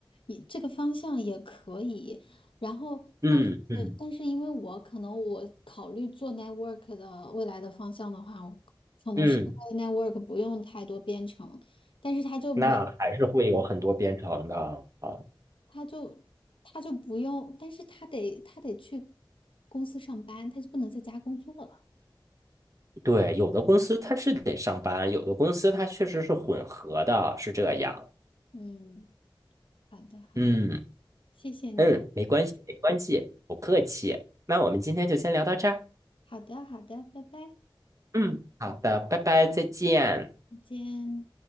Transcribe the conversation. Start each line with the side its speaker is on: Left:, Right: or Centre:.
Left: 也这个方向也可以，然后但是但是因为我可能我考虑做
Right: 嗯嗯
Left: network 的未来的方向的话，我可能是因为
Right: 嗯，
Left: network 不用太多编程，但是他就没
Right: 那还是会有很多编程的啊。
Left: 他就他就不用，但是他得他得去公司上班，他就不能在家工作了。
Right: 对，有的公司它是得上班，有的公司它确实是混合的，是这样。
Left: 嗯，好的好的，
Right: 嗯
Left: 谢谢你啊，
Right: 嗯，没关系，没关系，不客气。那我们今天就先聊到这儿。
Left: 好的好的，拜拜，
Right: 嗯，好的，拜拜，再见。
Left: 再见。